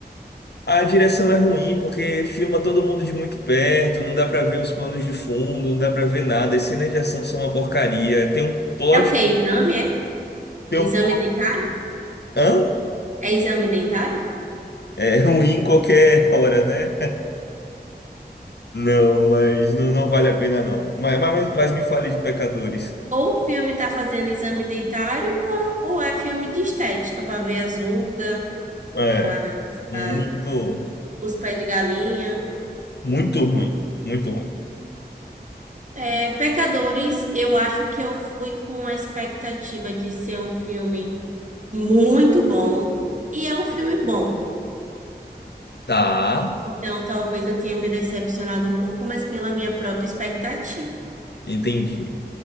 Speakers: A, on the left (about 75°); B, on the right (about 45°).
A: A direção é ruim porque filma todo mundo de muito perto, não dá pra ver os planos de fundo, não dá pra ver nada. As cenas de ação são uma porcaria. Tem um plot,
B: É o quê? Exame, é?
A: tem
B: Exame
A: um...
B: dentário?
A: Hã?
B: É exame dentário?
A: É ruim em qualquer <laughs> hora, né? Não, mas não, não vale a pena não. Mas, mas, mas me fale de Pecadores.
B: Ou o filme tá fazendo exame dentário, ou, ou é filme de estética, para ver as rugas,
A: É,
B: a-
A: muito,
B: a- os pés de galinha.
A: muito ruim, muito ruim.
B: É, Pecadores, eu acho que eu fui com a expectativa de ser um filme muito bom, e é um filme bom.
A: Tá,
B: Então, talvez eu tenha me decepcionado um pouco, mas pela minha própria expectativa.
A: entendi.